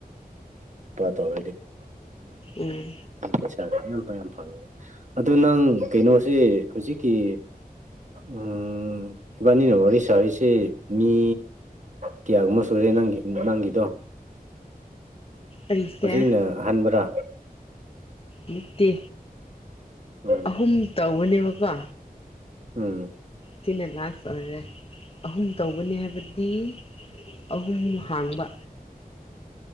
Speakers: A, on the right; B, on the left.
A: ꯑꯣ
B: ꯎꯝ
A: ꯄꯩꯁꯥꯗ ꯌꯥꯝꯌꯥꯝ ꯌꯥꯝ ꯐꯪꯉꯦ ꯑꯗꯨ ꯅꯪ ꯀꯩꯅꯣꯁꯦ ꯍꯧꯖꯤꯛꯀꯤ ꯎꯝ ꯏꯕꯥꯅꯤꯅ ꯋꯥꯔꯤ ꯁꯥꯔꯤꯁꯦ ꯃꯤ ꯀꯌꯥꯒꯨꯝꯕ ꯁꯨꯔꯦ ꯅꯪꯒꯤ ꯅꯪꯒꯤꯗꯣ
B: ꯑꯩꯁꯦ
A: ꯍꯧꯖꯤꯛꯅ ꯍꯟꯕ꯭ꯔꯥ
B: ꯅꯠꯇꯦ
A: ꯎꯝ꯫
B: ꯑꯍꯨꯝ ꯇꯧꯕꯅꯦꯕꯀꯣ꯫
A: ꯎꯝ꯫
B: ꯁꯤꯅ ꯂꯥꯁ ꯑꯣꯏꯔꯦ ꯑꯍꯨꯝ ꯇꯧꯕꯅꯤ ꯍꯥꯏꯕꯗꯤ꯫ ꯑꯍꯨꯝ ꯍꯥꯡꯕ